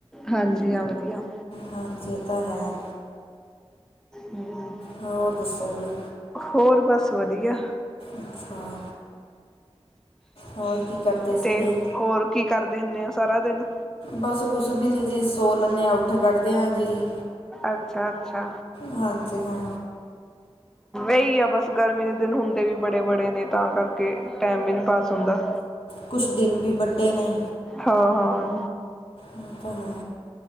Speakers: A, in the centre; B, on the left.
A: ਹਾਂਜੀ ਹਾਂ ਵਧੀਆ।
B: ਹਾਂਜੀ। ਇਹ ਤਾਂ ਹੈ।
A: ਹਮ।
B: ਹੋਰ ਦੱਸੋ ਜੀ
A: ਹੋਰ ਬੱਸ ਵਧੀਆ।
B: ਅੱਛਾ ਹੋਰ ਕੀ ਕਰਦੇ
A: ਤੇ
B: ਸੀਗੇ
A: ਹੋਰ ਕੀ ਕਰਦੇ ਹੁੰਦੇ ਆ ਸਾਰਾ ਦਿਨ।
B: ਬੱਸ ਕੁਛ ਵੀ ਨੀ ਜੀ ਸੋ ਲੈਣੇ ਆ ਉੱਠ ਖੱੜਦੇ ਆ ਜੀ।
A: ਅੱਛਾ-ਅੱਛਾ।
B: ਹਾਂਜੀ ਹਾਂ
A: ਇਹੀ ਆ ਬੱਸ ਗਰਮੀ ਦੇ ਦਿਨ ਹੁੰਦੇ ਵੀ ਬੜੇ-ਬੜੇ ਨੇ ਤਾਂ ਕਰਕੇ ਟਾਈਮ ਵੀ ਨਹੀਂ ਪਾਸ ਹੁੰਦਾ।
B: ਕੁਝ ਦਿਨ ਵੀ ਵੱਡੇ ਨੇ।
A: ਹਾਂ-ਹਾਂ।
B: ਇਹ ਤਾਂ ਹੈ।